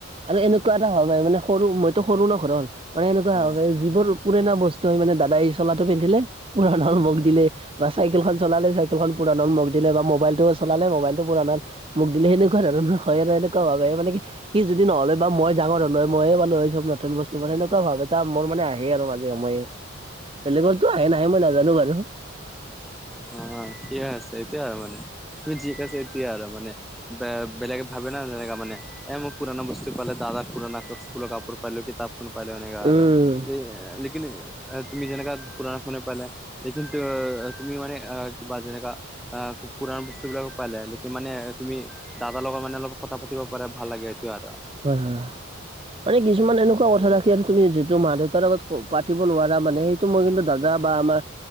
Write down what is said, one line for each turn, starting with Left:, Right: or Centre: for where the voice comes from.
Right: আৰু এনেকুৱা এটা হয় ব মানে সৰু মইতো সৰু ন ঘৰৰ মানে এনেকুৱা
Centre: অ
Right: হব পাই যিবোৰ পুৰণা বস্তু হয় মানে দাদাই চলাটো পিন্ধিলে পুৰনা হল মোক দিলে বা চাইকেলখন চলালে, চাইকেলখন পুৰনা হল মোক দিলে, বা মোবাইলতটো চলালে মোবাইল টো পুৰনা হল মোক দিলে, সেনেকুৱা ধৰণৰ হয়ে আৰু এনেকুৱা ভাবে মানে কি হি যদি নহলে বা মই ডাঙৰ হলোঁ হয় মইয়ে পালোঁ হয় সব নতুন বস্তু মানে এনেকুৱা ভাব এটা মোৰ মানে আহে আৰু মানে মই। বেলেগৰ টো আহে নাহে মই নাজানো বাৰু।
Centre: অ ঠিকে আছে, এইটোয়ে আৰু মানে <unintelligible> তুমি যি কৈছা এইটোয়োৱে আৰু মানে। ব বেলেগে ভাবে না তেনেকা মানে এ মই পুৰণা বস্তু পালে দাদাৰ পুৰণা স্কুলৰ কাপোৰ পালো, কিতাপ ফোন পাল এনেকা
Right: উম
Centre: আৰু <inaudible> লেকিন তুমি যেনেকা পুৰণা ফোনে পালা কিন্তু তুমি মানে আ বা যেনেকা আহ খুব পুৰনা বস্তু বিলাকো পালে, লেকিণ মানে তুমি দাদা লগৰ মানে অলপ কথা পাতিব পাৰে ভাল লাগে, এইটোৱে আৰু।
Right: হয় <inaudible> মানে কিছুমান এনেকুৱা কথা ৰাখি আৰু তুমি যিটো মা দেউতাৰ লগত পাতিব নোৱাৰা মানে সেইটো মই কিন্তু দাদা বা আমাৰ